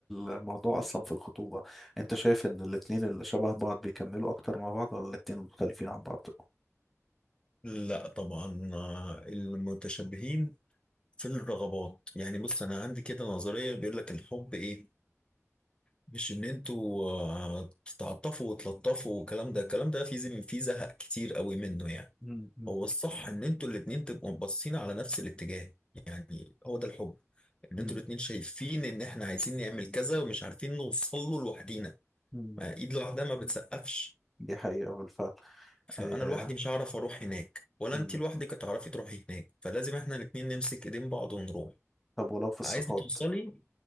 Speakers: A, in the centre; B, on the left.
A: الموضوع اصلا في الخطوبة انت شايف ان الاتنين اللي شبه بعض بيكملوا اكتر مع بعض ولا الاتنين مختلفين عن بعض؟
B: لا طبعا آه، المتشابهين في الرغبات يعني بص انا عندي كده نظريه بيقول لك الحب ايه مش ان انتوا آه، تتعاطفوا وتلطفوا والكلام ده الكلام ده في في زهق كتير قوي منه يعني
A: مم، مم،
B: هو الصح ان انتوا الاتنين تبقوا باصين على نفس الاتجاه يعني هو ده الحب ان
A: مم،
B: انتوا الاتنين شايفين ان احنا عايزين نعمل كذا ومش عارفين نوصل له لوحدينا
A: مم.
B: ما ايد لوحدها ما بتسقفش
A: دي حقيقة بالفعل
B: فانا
A: آه.
B: لوحدي مش هعرف اروح هناك ولا
A: مم.
B: انت لوحدك هتعرفي تروحي هناك فلازم احنا الاتنين نمسك ايدين بعض ونروح
A: طب ولو في الصفات
B: عايزه توصلي